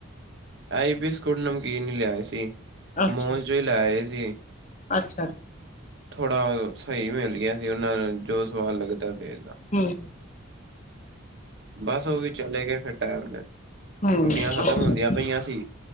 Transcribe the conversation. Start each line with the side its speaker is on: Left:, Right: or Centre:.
Right: ਆਈ ਬਿਸਕੁਟ ਨਮਕੀਨ ਹੀ ਲਿਆਏ ਸੀ,
Left: ਅੱਛਾ
Right: ਮੋਲ ਚੋਂ ਹੀ ਲਿਆਏ ਸੀ।
Left: ਅੱਛਾ
Right: ਥੋੜ੍ਹਾ ਸਹੀ ਮਿਲ ਗਿਆ ਸੀ ਉਹਨਾਂ ਨੂੰ ਜੋ ਸਵਾਦ ਲੱਗਦਾ ਪਿਆ ਇਦਾਂ।
Left: ਹੂੰ
Right: ਬਸ ਉਹ ਵੀ ਚਲੇ ਗਏ ਫਿਰ ਟੈਮ ਤੇ।
Left: ਹੂੰ
Right: ਛੁੱਟੀਆਂ
Left: ਅੱਛਾ
Right: ਖਤਮ ਹੁੰਦੀਆਂ ਪਈਆਂ ਸੀ,